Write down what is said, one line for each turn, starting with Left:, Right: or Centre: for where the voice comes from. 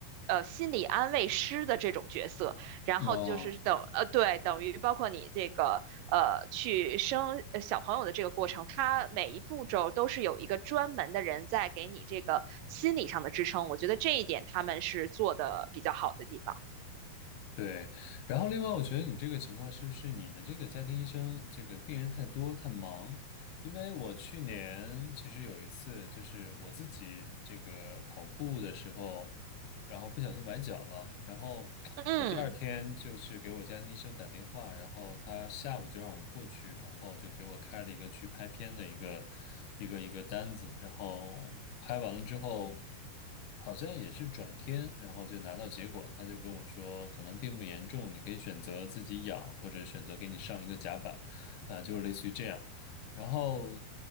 Right: 呃心理安慰师的这种角色。然后就是等呃，
Left: 哦，
Right: 对，等于包括你这个呃去生呃小朋友的这个过程，它每一步骤都是有一个专门的人在给你这个心理上的支撑。我觉得这一点他们是做的比较好的地方。
Left: 对，然后另外，我觉得你这个情况是不是你的这个家庭医生这个病人太多太忙？因为我去年其实有一次，就是我自己这个跑步的时候，然后不小心崴脚了，然后我第二天就是给我家庭医生打电话，
Right: 嗯，
Left: 然后他下午就让我过去，然后就给我开了一个去拍片的一个一个一个单子，然后拍完了之后，好像也是转天，然后就拿到结果，他就跟我说可能并不严重，你可以选择自己养，或者选择给你上一个夹板，啊、就是类似于这样。然后